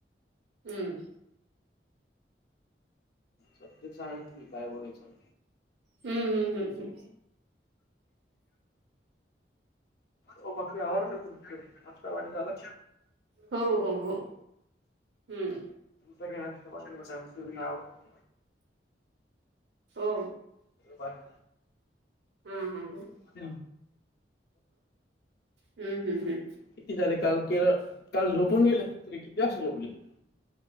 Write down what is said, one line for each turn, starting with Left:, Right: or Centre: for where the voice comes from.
Right: हम्म.
Left: सब्जेक्ट सांगा की तुम्ही काय बोलायचं.
Right: हम्म हम्म हम् हम्.
Left: हो बाक्की आवार तुमच नाष्टापाणी झाला.
Right: हो हो हो हम्म
Left: तुमचा नाश्तापाणी <inaudible>
Right: हो.
Left: भारी
Right: हम हम हं.
Left: <unintelligible>
Right: हम्म हम्म हम्म
Left: किती झाले काल के काल झोपून गेलात तुह्मी किती वाजता झोपले तुह्मी.